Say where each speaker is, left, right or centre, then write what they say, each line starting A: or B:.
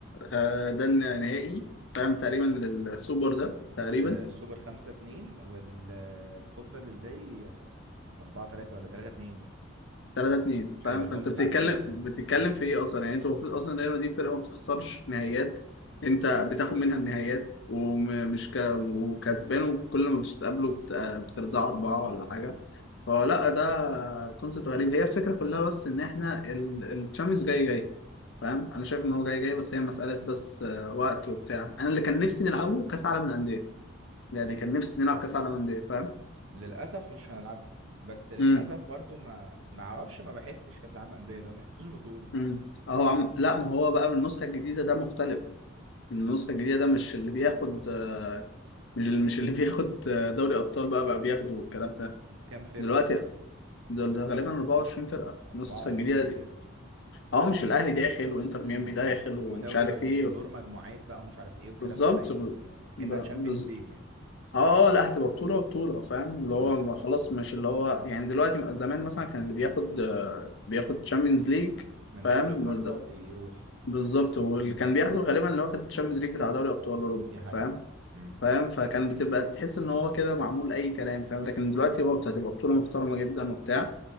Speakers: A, on the left; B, on the right.
A: آه، ده النهائي فاهم تقريبا للسوبر ده تقريبا
B: آه، السوبر خمسة اتنين والكوبا ديل ري آه، أربعة تلاتة ولا تلاتة اتنين باين
A: 3 2 فاهم
B: أيوة الجون
A: فانت
B: بتاع
A: بتتكلم
B: كوندي ده
A: بتتكلم
B: م-م.
A: في ايه اصلا يعني انت المفروض اصلا ريال مدريد فرقه ما بتخسرش نهائيات انت بتاخد منها النهائيات ومش ك... وكسبان وكل ما بتقابله بت... بترزعه اربعه ولا حاجه فلا ده كونسيبت غريب هي الفكره كلها بس ان احنا الشامبيونز جاي جاي فاهم انا شايف ان هو جاي جاي بس هي مساله بس آه، وقت وبتاع انا اللي كان نفسي نلعبه كاس عالم للانديه يعني كان نفسي نلعب كاس عالم للانديه فاهم
B: للأسف مش هنلعبه بس للأسف
A: امم
B: برضو ما ما أعرفش ما بحسش كأس العالم للأندية ده ما بحسوش بطولة
A: امم اهو عم لا ما هو بقى بالنسخه الجديده ده مختلف النسخة الجديدة ده مش اللي بياخد آه، مش اللي مش اللي بياخد آه، دوري أبطال بقى بقى بياخدوا الكلام ده
B: كام فرقة
A: دلوقتي دول غالبا 24 فرقة
B: 24
A: النسخة الجديدة دي
B: فرقة
A: اه مش الأهلي داخل وإنتر
B: امم
A: ميامي داخل ومش
B: ودوري
A: عارف
B: مجمو...
A: إيه
B: ودور مجموعات بقى ومش عارف ايه وكلامه
A: بالظبط
B: زي ال...
A: ب...
B: اكنها
A: ب...
B: تشامبيونز
A: بز...
B: ليج يعني
A: اه اه لا هتبقى بطولة بطولة فاهم اللي هو
B: امم
A: ما خلاص مش اللي هو يعني دلوقتي زمان مثلا كان اللي بياخد آه، بياخد تشامبيونز ليج
B: من
A: فاهم
B: كل قارة
A: ده-
B: بيروح
A: بالظبط واللي
B: امم
A: كان بياخده غالبا اللي واخد تشامبيونز ليج بتاع دوري أبطال أوروبا
B: دي حقيقة
A: فاهم؟
B: امم
A: فاهم فكان بتبقى تحس ان هو كده معمول اي كلام فاهم لكن دلوقتي هو بتبقى بطولة محترمة جدا وبتاع